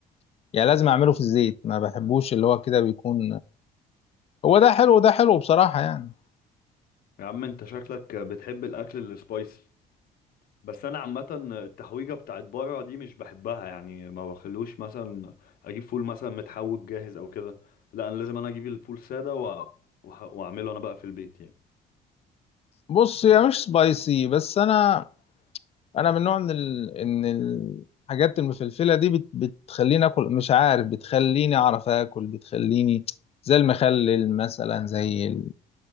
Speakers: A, on the left; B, on the left.
A: يعني لازم اعمله في الزيت ما بحبوش اللي هو كده بيكون هو ده حلو وده حلو بصراحة يعني
B: يا عم انت شكلك بتحب الاكل السبايسي بس انا عامه التحويجه بتاعت بره دي مش بحبها يعني ما بخلوش مثلا اجيب فول مثلا متحوج جاهز او كده لا انا لازم انا اجيب الفول ساده و... وح- واعمله انا بقى في البيت يعني
A: بص هي مش سبايسي بس انا انا من نوع ان ال... ان الحاجات المفلفلة دي بت... بتخليني اكل مش عارف بتخليني اعرف اكل بتخليني زي المخلل مثلا زي ال...